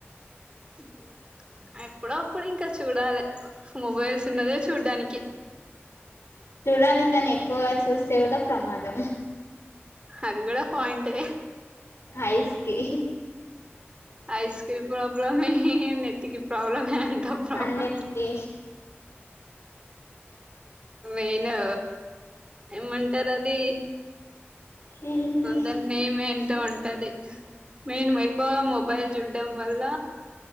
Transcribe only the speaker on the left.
చూడాలి కాని ఎక్కువ చూస్తే కూడా ప్రమాదం
ఐస్ కీ
అన్నిటికీ
ఏంటి